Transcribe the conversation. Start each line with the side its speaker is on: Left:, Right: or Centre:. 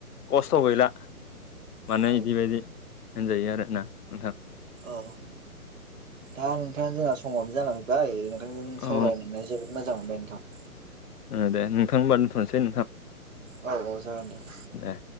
Left: खस्थ' गैला माने
Right: औ
Left: बिदिबायायदि होनजायो आरो ना नोंथां।
Right: औ दा नोंथाङा जोंहा समाबो जालांबाय नोंथांजों
Left: औ
Right: सावरायनानै जोब मोजां मोनबाय नोंथां
Left: ओ दे नोंथां होनबा दोनथ'नोसै
Right: औ औ जागोन दे
Left: ए